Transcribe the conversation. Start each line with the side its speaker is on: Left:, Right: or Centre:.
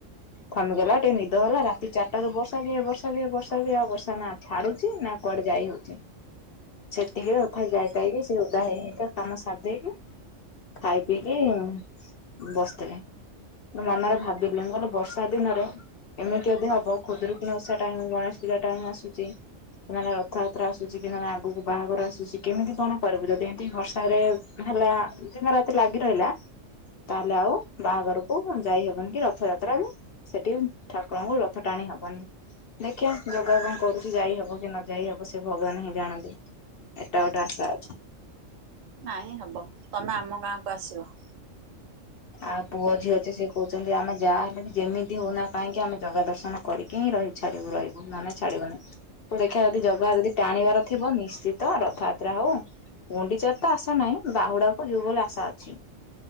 Left: ଥମିଗଲା ଟିକେ ନିଦ ହେଲା ରାତି ଚାରିଟାରୁ ବର୍ଷା ଯେ ବର୍ଷା ଯେ ବର୍ଷା ଯେ ଆଉ ବର୍ଷ ଛାଡୁଛି ନା କୁଆଡେ ଯାଇ ହଉଛି। ସେ ଟିକେ ତଥାପି ଯାଇ ତାଇକି ସେ ଓଦା ହେଇ ହେଇକା କାମ ସାରି ଦେଇକି ଖାଇ ପିଇକି ଉଁ ବସିଥିଲି। ମନରେ ଭାବିଲି ମୁଁ କହିଲି ବର୍ଷା ଦିନରେ। ଏମିତି ଯଦି ହବ ଖୁଦୁରୁକୁଣୀ ଓଷା ଟାଇମ, ଗଣେଷ ପୂଜା ଟାଇମ ଆସୁଛି। କି ମାନେ ରଥଯାତ୍ରା ଆସୁଛି କି ମାନେ ଆଗକୁ ବାହାଘର ଆସୁଛି କେମିତି କଣ କରିବୁ ଯଦି ଏମିତି ବର୍ଷା ରେ। ହେଲା ଦିନ ରାତି ଲାଗି ରହିଲା। ତାହେଲେ ଆଉ ବାହାଘରକୁ ଉଁ ଯାଇହେବନି କି ରଥଯାତ୍ରା ବି। ସେଠି ଠାକୁରଙ୍କୁ ରଥ ଟାଣି ହବନି ଦେଖିବା ଜଗା କ କରୁଛି ଯାଇ ହବ କି ନ ଯାଇ ହବ ସେ ଭଗବାନ ହିଁ ଜାଣନ୍ତି। ଏଟା ଗୋଟେ ଆଶା ଅଛି।
Right: ନାଇଁ ହବ ତମେ ଆମ ଗାଁକୁ ଆସିବ।
Left: ଆଉ ପୁଅ ଯିଏ ଅଛି ସେ କହୁଛନ୍ତି ଆମେ ଯାହା ହେଲେ ବି ଯେମିତି ହଉନା କାହିଁକି ଆମେ ଜଗା ଦର୍ଶନ କରିକି ହିଁ ରହି ଛାଡ଼ିବୁ ରହିବୁ ନହେନେ ଛାଡିବୁନି। ଦେଖିଆ ଯଦି ଜଗା ଯଦି ଟାଣିବାର ଥିବ ନିଶ୍ଚିତ ରଥଯାତ୍ରା ହଉ। ଗୁଣ୍ଡିଚାର ତ ଆଶା ନାହିଁ ବାହୁଡାକୁ ଯିବୁ ବୋଲି ଆଶା ଅଛି।